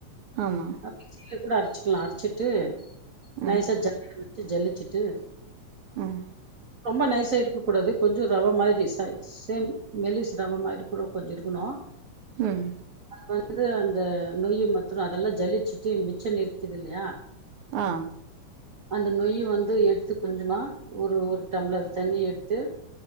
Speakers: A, on the right; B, on the right.
A: ஆமா.
B: மிக்சியில கூட அரச் எல்லா அரச்சிட்டு <unintelligible>
A: ம்.
B: ஜல்லுச்சிட்டு
A: உம்
B: ரொம்ப நைஸா இருக்க கூடாது கொஞ்ச ரவ மாதிரி சேம் மெலிஸ் ரவ மாரி கூட கொஞ்ச இருக்கணு
A: உம்
B: அது அந்த நொய் மத்று அதெல்லா ஜலிச்சுட்டு மிச்சம் நிறுத்தது இல்லையா
A: ஆ
B: அந்த நொய் வந்து எடுத்து கொஞ்சமா ஒரு ஒரு டம்ளர் தண்ணி எடுத்து